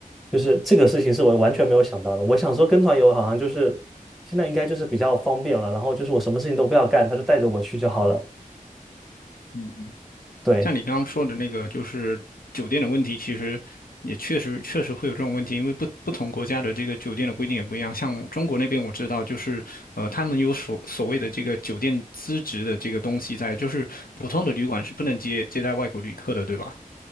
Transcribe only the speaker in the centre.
就是这个事情是我完全没有想到的。我想说跟团游好像就是现在应该就是比较方便了，然后就是我什么事情都不要干，他就带着我去就好了。
对，